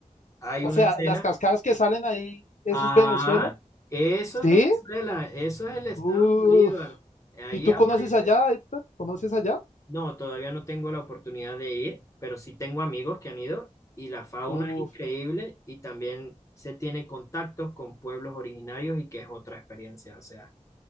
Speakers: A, on the left; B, on the left.
A: hay
B: O
A: una
B: sea,
A: escena
B: las cascadas que salen ahí, ¿eso
A: Ah,
B: es Venezuela?
A: eso
B: ¿Sí?
A: es Venezuela, eso es el estado
B: Uf.
A: Bolívar. Ahí
B: ¿Y tú
A: aparece.
B: conoces allá, Héctor? ¿Conoces allá?
A: No, todavía no tengo la oportunidad de ir, pero sí tengo amigos que han ido y la fauna
B: Uf.
A: es increíble y también se tiene contactos con pueblos originarios y que es otra experiencia, o sea,